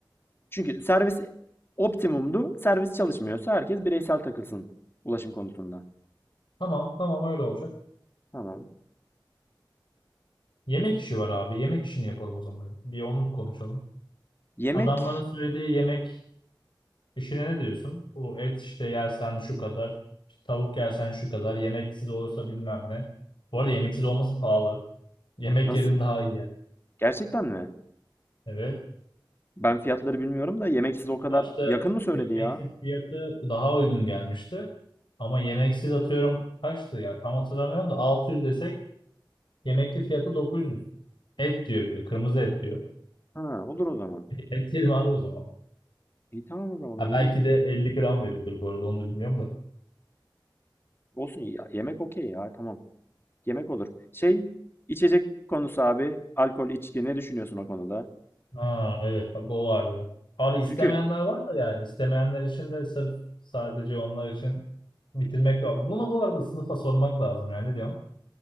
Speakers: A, on the left; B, on the left.
A: Çünkü servis optimumdu. Servis çalışmıyorsa herkes bireysel takılsın ulaşım konusunda.
B: tamam tamam, öyle olacak.
A: Tamam.
B: Yemek işi var abi. Yemek işini yapalım o zaman. Bir onu konuşalım.
A: Yemek
B: Adamların söylediği yemek işine ne diyorsun? Bu et işte yersen şu kadar, işte tavuk yersen şu kadar, yemeksiz olursa bilmem ne. Bu arada yemeksiz olması pahalı. Yemek
A: nasıl?
B: yerim daha iyi. yani.
A: Gerçekten mi?
B: Evet.
A: Ben fiyatları bilmiyorum da yemek size o kadar
B: Başta
A: yakın mı söyledi
B: yemeksiz
A: ya?
B: fiyatı daha uygun gelmişti. Ama yemeksiz atıyorum kaçtı ya tam hatırlamıyorum da 600 desek yemekli fiyatı dokuz yüz Et diyor bir de kırmızı et diyor.
A: Ha, olur o zaman.
B: <laughs> Et yerim abi o zaman.
A: İyi tamam o zaman
B: Ha,
A: uygun
B: belki
A: ya.
B: de 50 gram veriyordur bu arada onu da bilmiyorum da.
A: Olsun ya. Yemek okey ya. Tamam. Yemek olur. Şey, içecek konusu abi. Alkol, içki ne düşünüyorsun o konuda?
B: Ha, evet bak o vardı. Abi istemeyenler
A: Çünkü
B: var da yani istemeyenler için de sırf sadece onlar için bitirmek lazım. Bunu bu arada sınıfa sormak lazım yani ne diyorsun?